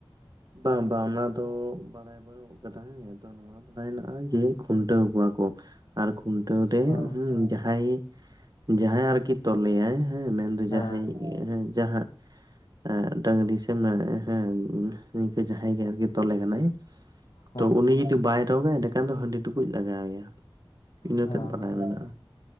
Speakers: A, on the right; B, on the left.
A: ᱵᱟᱝ᱾ ᱵᱟᱝ ᱚᱱᱟ ᱫᱚ ᱵᱟᱲᱟᱭ ᱵᱟᱹᱱᱩᱜ ᱟᱠᱟᱫᱟ᱾ ᱦᱮᱸ ᱟᱫᱚ ᱱᱚᱣᱟ ᱵᱟᱲᱟᱭ ᱦᱮᱱᱟᱜ-ᱟ ᱡᱮ ᱠᱷᱩᱱᱴᱟᱹᱣ ᱠᱚᱣᱟ ᱠᱚ᱾ ᱟᱨ ᱠᱷᱩᱱᱴᱟᱹᱣ ᱨᱮ
B: ᱚ
A: ᱦᱩᱸ ᱡᱟᱦᱟᱸᱭ ᱡᱟᱦᱟᱸᱭ ᱟᱨᱠᱤ ᱛᱚᱞᱮᱭᱟᱭ ᱦᱮᱸ ᱢᱮᱱ
B: ᱦᱮᱸ
A: ᱡᱟᱦᱟᱸᱭ ᱦᱮᱸ ᱡᱟᱦᱟᱸ ᱮ ᱰᱟᱝᱨᱤ ᱥᱮ ᱢᱮ ᱦᱮᱸ ᱱᱤᱝᱠᱟᱹ ᱡᱟᱦᱟᱸᱭ ᱜᱮ ᱟᱨᱠᱤ ᱛᱚᱞᱮ ᱠᱟᱱᱟᱭ
B: ᱦᱮᱸ
A: ᱛᱚ ᱩᱱᱤ ᱡᱩᱚᱫᱤ ᱵᱟᱭ ᱨᱚᱜᱟᱭ ᱮᱸᱰᱮ ᱠᱷᱟᱱ ᱫᱚ ᱦᱟᱺᱰᱤ ᱴᱩᱠᱩᱡ ᱞᱟᱜᱟᱣᱮᱭᱟ᱾ ᱤᱱᱟᱹᱛᱮᱫ
B: ᱚ
A: ᱵᱟᱰᱟᱭ ᱢᱮᱱᱟᱜᱼᱟ᱾